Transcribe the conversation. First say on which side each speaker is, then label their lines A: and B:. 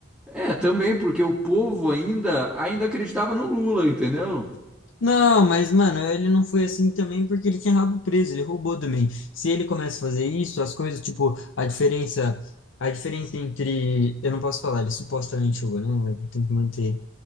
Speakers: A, in the centre; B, on the left.
A: É, também, porque o povo ainda, ainda acreditava no Lula, entendeu?
B: Não, mas, mano, ele não foi assim também porque ele tinha rabo preso, ele roubou também. Se ele começa a fazer isso, as coisas, tipo, a diferença, a diferença entre, eu não posso falar, ele supostamente roubou, né? Tem que manter.